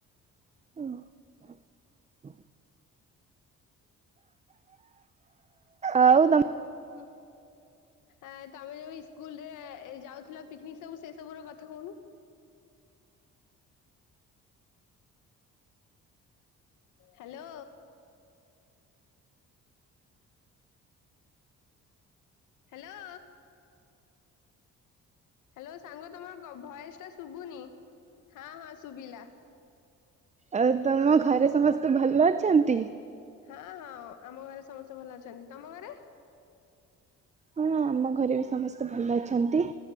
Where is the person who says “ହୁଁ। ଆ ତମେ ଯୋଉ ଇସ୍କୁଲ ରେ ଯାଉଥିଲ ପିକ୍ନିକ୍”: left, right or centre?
Left